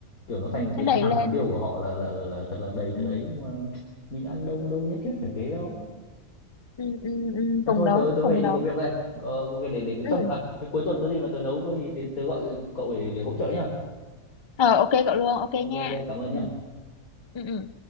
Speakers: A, on the left; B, on the left.
A: kiểu nó thành cái
B: nó đầy
A: cái hàm
B: lên
A: mục tiêu của họ là là ờ, là thật là đầy
B: ừ
A: thật đấy nhưng mà mình ăn đâu đâu nhất thiết
B: ừ
A: phải thế
B: ừ.
A: đâu
B: ừ ừ ừ
A: thế
B: cùng
A: thôi
B: đóng
A: tớ tớ
B: cùng
A: phải đi
B: đóng
A: có việc đây ờ, có cái để để
B: ừ
A: trong à cái cuối tuần có gì mà tớ nấu có gì tớ, tớ gọi cậu để, để hỗ trợ nhá
B: ờ ok cậu luôn ok
A: ok
B: nha
A: ok cảm ơn nhá
B: ừ ừ ừ